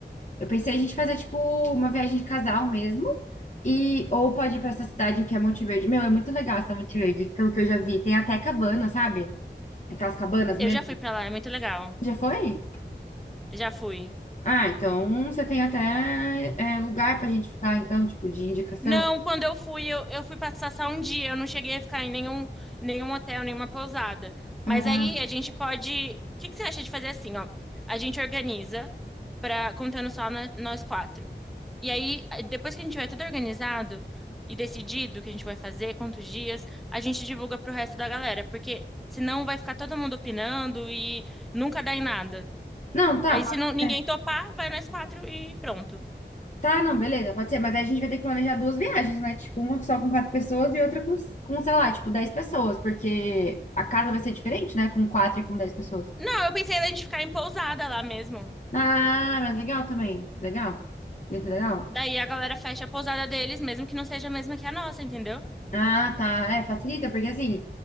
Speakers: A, on the left; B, in the centre.
A: Eu pensei a gente fazer, tipo, uma viagem de casal mesmo. E, ou pode ir pra essa cidade que é Monte Verde. Meu, é muito legal essa Monte Verde, pelo que eu já vi. Tem até cabana, sabe? Aquelas cabanas
B: Eu
A: mesmo.
B: já fui pra lá, é muito legal.
A: Já foi?
B: Já fui.
A: Ah, então você tem até é, lugar pra gente ficar, então, tipo, de indicação.
B: Não, quando eu fui, eu, eu fui passar só um dia. Eu não cheguei a ficar em nenhum, nenhum hotel, nenhuma pousada.
A: Ah,
B: Mas aí a gente pode. O que que você acha de fazer assim, ó? A gente organiza para contando só no- nós quatro. E aí, eh, depois que a gente tiver tudo organizado e decidido o que a gente vai fazer, quantos dias, a gente divulga pro resto da galera, porque senão vai ficar todo mundo opinando e nunca dá em nada.
A: não, tá,
B: Aí,
A: pode
B: se não, ninguém
A: ser.
B: topar, vai nós quatro e pronto.
A: Tá, não, beleza, pode ser, mas aí a gente vai ter que planejar duas viagens, né? Tipo, uma só com quatro pessoas e outra com, com, sei lá, tipo, dez pessoas, porque a casa vai ser diferente, né? Com quatro e com dez pessoas.
B: Não, eu pensei ainda a gente ficar em pousada lá mesmo.
A: Ah, mas legal também, legal. Isso é legal.
B: Daí a galera fecha a pousada deles, mesmo que não seja a mesma que a nossa, entendeu?
A: Ah, tá, é, facilita, porque assim,